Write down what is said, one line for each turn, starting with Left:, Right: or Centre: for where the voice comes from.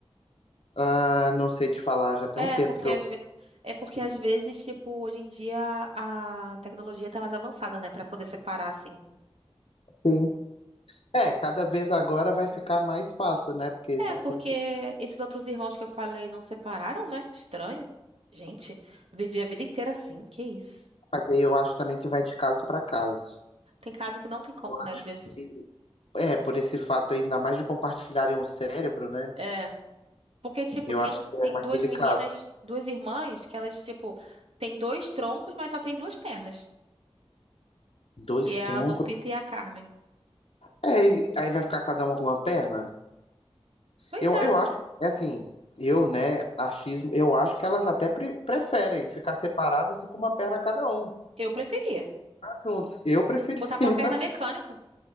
Left: ah, não sei te falar, já tem
Right: É,
Left: um tempo
Right: porque
Left: que
Right: às
Left: eu.
Right: ve... é porque às vezes, tipo, hoje em dia a tecnologia tá mais avançada, né? Pra poder separar, assim.
Left: Sim. É, cada vez agora vai ficar mais fácil, né? Porque
Right: É,
Left: tá
Right: porque
Left: sempre.
Right: esses outros irmãos que eu falei não separaram, né? Estranho. Gente, vivi a vida inteira assim, que isso.
Left: Mas aí eu acho também que vai de caso para caso.
Right: Tem caso que não tem como,
Left: Eu
Right: né?
Left: acho
Right: Às vezes.
Left: que, é, por esse fato ainda mais de compartilharem o cérebro, né?
Right: É. Porque, tipo,
Left: Eu
Right: tem,
Left: acho que é
Right: tem
Left: mais
Right: duas
Left: delicado.
Right: meninas, duas irmãs, que elas, tipo, tem dois troncos, mas só tem duas pernas.
Left: Dois
Right: Que
Left: troncos.
Right: é a Lupita e a Carmen.
Left: É, e aí vai ficar cada uma com uma perna?
Right: Pois
Left: Eu,
Right: é,
Left: eu acho, é assim, eu, né, achismo, eu acho que elas até pre- preferem ficar separadas e com uma perna cada um. Ficar
Right: eu preferia.
Left: Juntos. Eu preferiria
Right: Botava uma perna
Left: <laughs> também.
Right: mecânica.